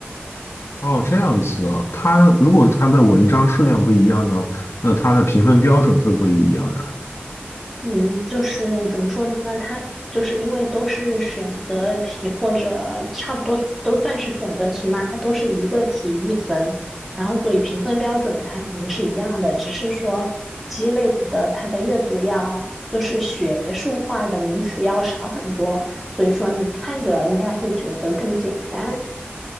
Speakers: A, on the left; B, in the centre.
A: 哦，这样子啊，它如果它的文章数量不一样呢，那它的评分标准会不会一样呀？
B: 嗯，就是怎么说呢？它就是因为都是选择题或者差不多都算是选择题嘛，它都是一个题一分，然后所以评分标准它肯定是一样的，只是说鸡肋的它的阅读要就是学术化的名词要少很多，所以说你看着应该会觉得更简单。